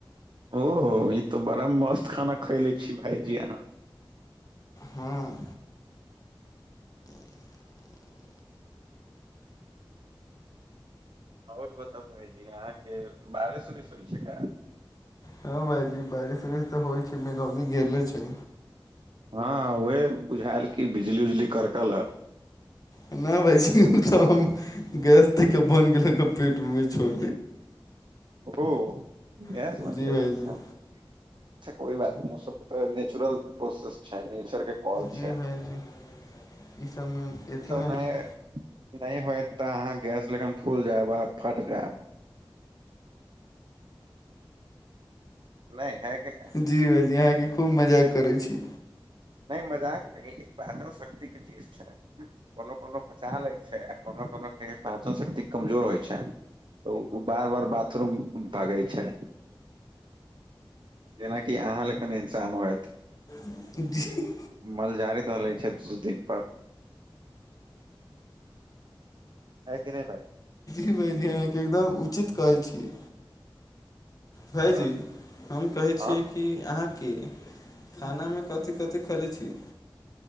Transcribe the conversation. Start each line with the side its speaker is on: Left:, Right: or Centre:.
Right: ओहो ई तऽ बड़ा मस्त खाना खयले छी भाायजी अहाँ
Left: हँ
Right: आओर बताब भाजी अहाँके बारिस उरिस होइ छै का
Left: हँ भाायजी बारिश उरिश तऽ होइ छै मेघ अभि गरले छै
Right: हँ उएह बुझायल की बिजली उजली करकल ह
Left: नहि भायजी तऽ हम गैस ती क बनि गेलहु गप पीटमे छो
Right: ओ गैस
Left: जी
Right: बनि गेल
Left: भाइजी
Right: अछि अच्छा कोइ बात नय ओ सब तऽ नेचुरल प्रोसेस छै नेचर के कॉल छै
Left: जी भइजी ई सबमे अथी
Right: ई सभ
Left: न
Right: मे नय होयत तऽ अहाँ गैस लेकन फुल जायब आ फट जायब नय है कि नय
Left: जी भाइजी अहाँके खूब मजाक करै छी।
Right: नय मजाक नय एक पहच <unintelligible> ल शक्ति के चीज छै। कोनो कोनो पचा लै छै। आ कोनो कोनो के पाचन शक्ति कमजोर होइ छै। तऽ उ बार-बार बाथरूम भागै छै जेनाकि अहाँ लग कन इंसान होयत
Left: <inaudible>
Right: मल जारी धऽ लै छै दु दिन पर है की नय भाइ
Left: भायजी अहाँके एकदम उचित कहै छियै भाइजी
Right: हँ
Left: हम कहै
Right: हँ,
Left: छियै। की अहाँके खानामे कथी कथी खेलै छी।